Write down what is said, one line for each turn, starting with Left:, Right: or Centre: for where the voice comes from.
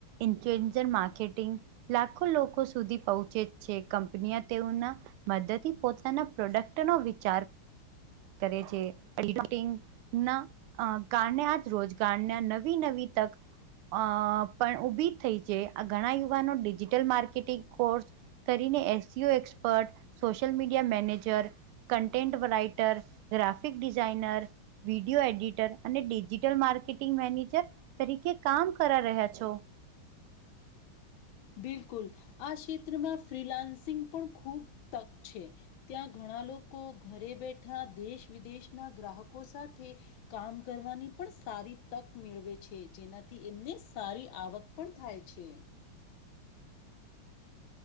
Right: influencer marketing લાખો લોકો સુધી પહોંચે છે કંપનીયા તેઓના મદદથી પોતાના પ્રોડક્ટ નો વિચાર કરે છે પલી રૂટીગ ના કારને રોજગારને નવી નવી તક અ પણ ઉભી થઈ છે આ ઘણા યુવાનો ડિજિટલ માર્કેટિંગ કોર્સ કરીને SEO expert social media manager content writer graphic designer video editor અને ડિજિટલ માર્કેટિંગ મેનેજર તરીકે કામ કરા રહ્યા છો.
Left: બિલકુલ આ ક્ષેત્રમાં ફ્રીલાન્સિંગ પણ ખૂબ તક છે. ત્યાં ઘણા લોકો ઘરે બેઠા દેશ વિદેશના ગ્રાહકો સાથે કામ કરવાની પણ સારી તક મેળવે છે જેનાથી એમને સારી આવક પણ થાય છે.